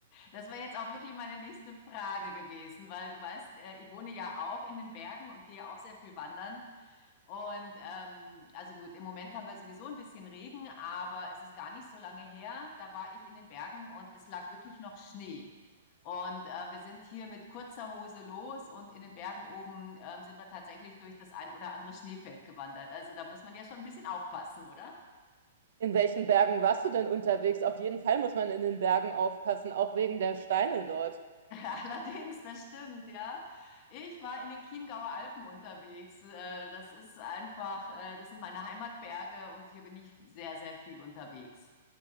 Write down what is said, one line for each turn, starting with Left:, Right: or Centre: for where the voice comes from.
Left: Das wäre jetzt auch wirklich meine nächste Frage gewesen, weil du weißt, äh, ich wohne ja auch in den Bergen und gehe auch sehr viel wandern. Und ähm, also gut, im Moment haben wir sowieso ein bisschen Regen, aber es ist gar nicht so lange her. Da war ich in den Bergen und es lag wirklich noch Schnee. Und äh, wir sind hier mit kurzer Hose los und in den Bergen oben ähm, sind wir tatsächlich durch das ein oder andere Schneefeld gewandert. Also da muss man ja schon ein bisschen aufpassen, oder?
Right: In welchen Bergen warst du denn unterwegs? Auf jeden Fall muss man in den Bergen aufpassen, auch wegen der Steine dort.
Left: <laughs> Allerdings, das stimmt, ja. Ich war in den Chiemgauer Alpen unterwegs. Äh, Das ist einfach, äh, das sind meine Heimatberge und hier bin ich sehr, sehr viel unterwegs.